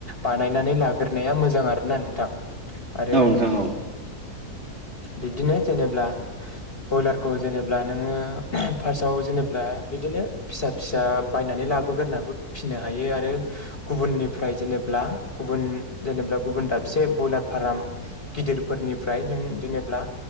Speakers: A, on the left; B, on the right.
A: बानायनानै ला गोरदनाया मोजां आरोना नोंथां आरो
B: नोंथां औ नोंथां औ
A: बिब्दिनो जेनेब्ब्ला बयलारखौ जेनेब्ला नोङो फार्स्टआव जेनेब्ला बिदिनो फिसा फिसा बायनानै लाबोगोरनाबो फिनो हायो आरो गुबुननिफ्राय जेने ब्ला गुबुन जेनेब्ला गुबुन दाबसे बयलार फाराम गिदिर फोरनिफ्राय नों जेनेबा